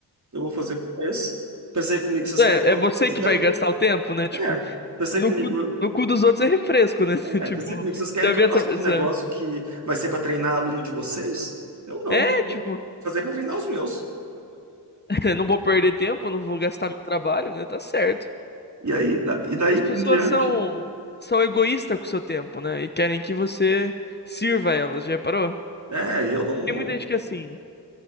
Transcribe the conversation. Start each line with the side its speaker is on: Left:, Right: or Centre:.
Right: eu vou fazer com esse. Pensei comigo, vocês
Left: É,
Right: querem que eu...
Left: é você
Right: vocês
Left: que
Right: querem-
Left: vai gastar o tempo, né? Tipo,
Right: É, pensei
Left: no
Right: comigo,
Left: cu, no cu dos outros é refresco, né? <laughs>
Right: é,
Left: Tipo,
Right: pensei comigo, vocês querem
Left: já
Right: que
Left: vi
Right: eu
Left: essa,
Right: faça
Left: essa...
Right: um negócio que vai ser para treinar aluno de vocês? Eu não,
Left: É,
Right: vou
Left: tipo,
Right: fazer para treinar os meus.
Left: <laughs> não vou perder tempo, não vou gastar meu trabalho, né? Tá certo.
Right: E aí, da- e daí
Left: As pessoas
Right: em diante,
Left: são, são egoístas com o seu tempo, né? E querem que você sirva elas, já reparou?
Right: é, eu não.
Left: Tem muita gente que assim,